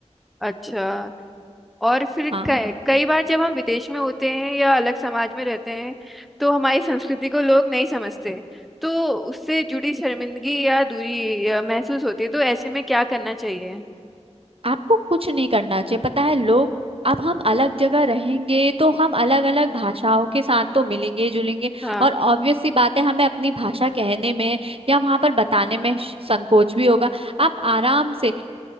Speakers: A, in the centre; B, on the right.
A: अच्छा और फिर
B: हाँ
A: कई कई बार जब हम विदेश में होते हैं या अलग समाज में रहते हैं तो हमारी संस्कृति को लोग नहीं समझते तो उससे जुड़ी शर्मिंदगी या दूरी अ, महसूस होती है तो ऐसे में क्या करना चाहिए
B: आपको कुछ नहीं करना चाहिए पता है लोग अब हम अलग जगह रहेंगे तो हम अलग अलग भाषाओं के साथ तो मिलेंगे जुलेंगे
A: हाँ
B: और ऑब्वियस सी बात है हमें अपनी भाषा कहने में या वहां पर बताने में श- संकोच भी होगा आप आराम से